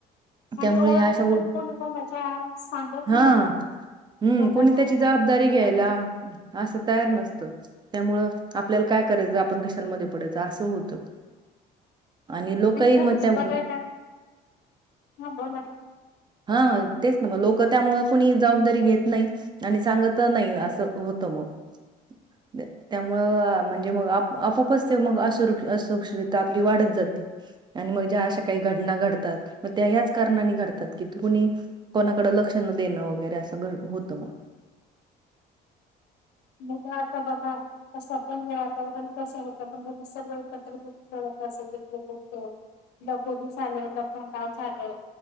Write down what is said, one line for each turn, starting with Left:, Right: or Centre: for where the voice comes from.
Left: आणि
Right: त्यामुळे
Left: ओळखलं
Right: ह्या अशा गो
Left: तर कोणी कोणाच्या सांगत
Right: हा
Left: नाही ना.
Right: हम्म
Left: एवढा
Right: कोणी
Left: लोड
Right: त्याची जबाबदारी
Left: घेत
Right: घ्यायला
Left: नाही
Right: असं तयार नसतं त्यामुळं आपल्याला काय करायचं आपण कशाला मध्ये पडायचं असं होतं. आणि लोकही
Left: खरंच
Right: म त्या
Left: बघायला हा बोला.
Right: हां तेच ना मग लोक त्यामुळं कोणी जबाबदारी घेत नाही आणि सांगत नाही असं होतं म. <inaudible> त्यामुळं म्हणजे मग आप आपोपच ते मग <unintelligible> सुरक्षितताआपली वाढत जाते. ती, आणि म ज्या अशा काही घडना घडतात मग त्या ह्याच कारणानी घडतात. तिथं कुणी कोणाकड लक्ष न देणं वगैरे असं घ होत म.
Left: <inaudible> मुलं आता बघा <unintelligible> वातावरण <unintelligible> <unintelligible> लगोरी झालं, लपंडाव झालं.